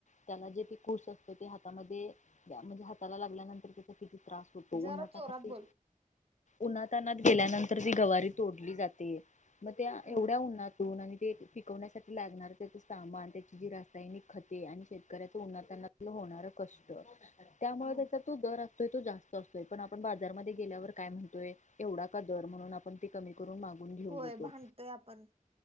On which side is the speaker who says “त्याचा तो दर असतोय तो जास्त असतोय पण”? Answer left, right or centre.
Left